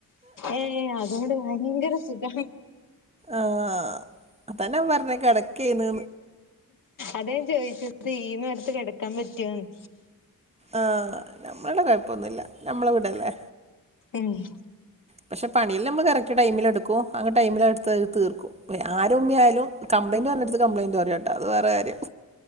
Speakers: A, on the left (about 65°); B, on the right (about 20°).
A: ഏ അത് ഇങ്ങള് ഭയങ്കര സുഖാ
B: ആഹ് അതാ ഞാൻ പർഞ്ഞത് കെടക്കെന്ന്
A: അതെ ചോയ്ച്ചത് ഈ നേരത്ത് കെടക്കാൻ പറ്റോന്ന്?
B: ആഹ് നമ്മളെ ഇവടെ കുഴപ്പൊന്നുല്ല നമ്മളെ വീടെല്ലേ
A: ഏഹ്
B: പക്ഷെ പണിയെല്ലാം മ്മള് ഇട് റ്റ് ടൈമില് എടുക്കും ആഹ് ടൈമിലത് ഇട്ത്ത് തീർക്കും ആരുമ്മി ആയാലും കംപ്ലയ്ന്റ് പറഞ്ഞടുത്ത് കംപ്ലയിന്റ് പറയാ അത് വേറെ കാര്യം